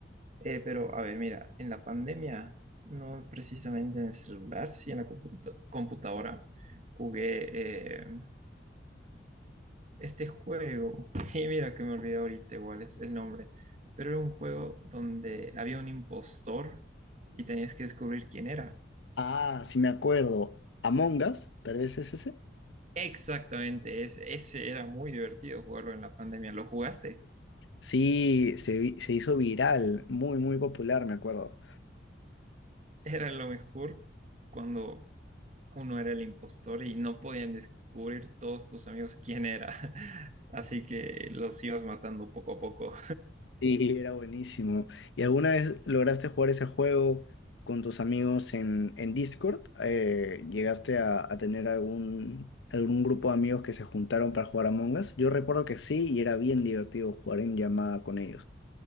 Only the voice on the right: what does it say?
Eh, pero a ver, mira, en la pandemia, no precisamente en el celular, sí en la computa- computadora, jugué eh, este juego. <laughs> Y mira que me olvidé ahorita igual es el nombre, pero era un juego donde había un impostor y tenías que descubrir quién era.
Exactamente, ese, ese era muy divertido jugarlo en la pandemia. ¿Lo jugaste?
Era lo mejor cuando uno era el impostor y no podían descubrir todos tus amigos quién era. <laughs> Así que los ibas matando poco a poco.